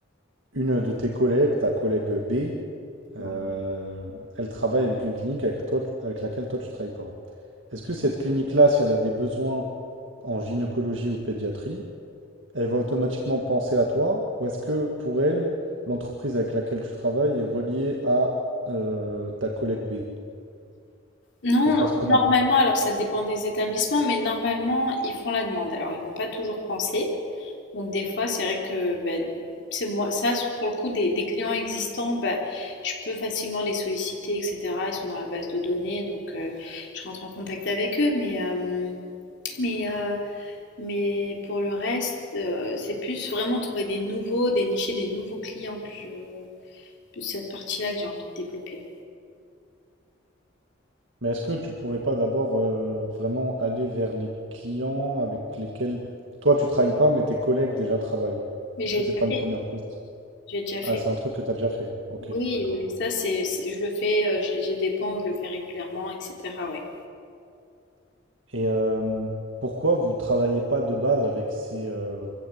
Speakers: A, on the right; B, on the left.
A: une de tes collègues, ta collègue B, euh,
B: Ouais.
A: elle travaille avec une clinique avec toi, tu- avec laquelle toi, tu ne travailles pas. Est-ce que cette clinique-là, si elle a des besoins en gynécologie ou pédiatrie, elle va automatiquement penser à toi, ou est-ce que pour elle, l'entreprise avec laquelle tu travailles est reliée à euh, ta collègue B?
B: Non,
A: Ça se
B: non,
A: passe comment?
B: normalement, alors ça dépend des établissements, mais normalement, ils font la demande. Alors ils vont pas toujours penser, Donc des fois, c'est vrai que ben, c'est moi, ça, c'est- pour le coup, des, des clients existants, ben, je peux facilement les solliciter, etc. Ils sont dans la base de données, donc euh, je rentre en contact avec eux. Mais, euh, mais, euh, mais pour le reste, euh, c'est plus vraiment trouver des nouveaux, dénicher des nouveaux clients que je, plus cette partie-là que j'ai envie de développer.
A: Mais est-ce que tu pourrais pas d'abord euh, vraiment aller vers les clients avec lesquels toi tu travailles pas, mais tes collègues déjà travaillent?
B: Mais
A: Est-ce
B: j'ai
A: que
B: déjà
A: c'est pas une
B: fait,
A: première piste?
B: j'ai déjà fait.
A: Ah, c'est un truc que tu as déjà fait. Ok,
B: Oui,
A: d'accord.
B: oui, oui, ça, c'est, c'est- je le fais, euh, j'ai j'ai des pans, je le fais régulièrement, etc. Ouais.
A: Et euh, pourquoi vous travaillez pas de base avec ces euh,